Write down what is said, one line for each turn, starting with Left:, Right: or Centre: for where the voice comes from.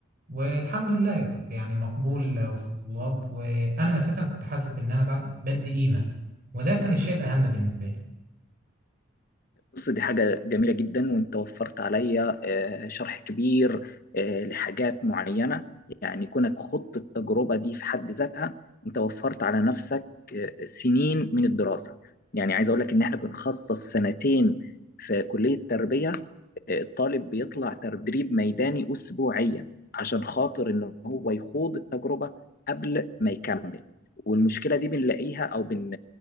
Right: والحمد لله كنت يعني مقبول وسط الطلاب وانا اساسا كنت حاسس بان انا بق- بدي قيمه وده كان الشيء الاهم بالنسبه لي
Left: بص دي حاجة جميلة جدا وانت وفرت عليا آه، شرح كبير آه، لحاجات معينة يعني كونك خضت التجربة دي في حد ذاتها انت وفرت على نفسك آه، سنين من الدراسة يعني عايز اقول لك ان احنا بنخصص سنتين في كلية التربية الطالب بيطلع تدريب ميداني أسبوعيا عشان خاطر إن هو يخوض التجربة قبل ما يكمل والمشكلة دي بنلاقيها أو بن